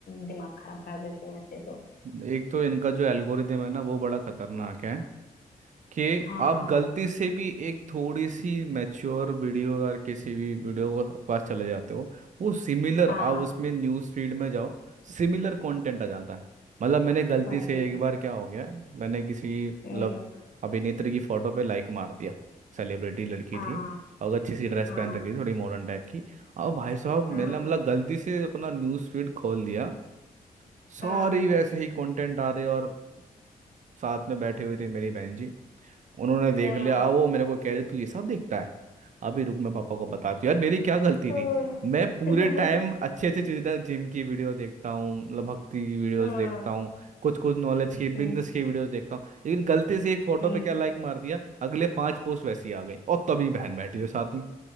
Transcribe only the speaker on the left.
दिमाग खराब कर देते हैं ऐसे तो
हाँ
हाँ
वही
हम्म
हाँ
हाँ
हाँ
हाँ
हाँ
हाँ
<laughs>
हाँ,
हम्म
हम्म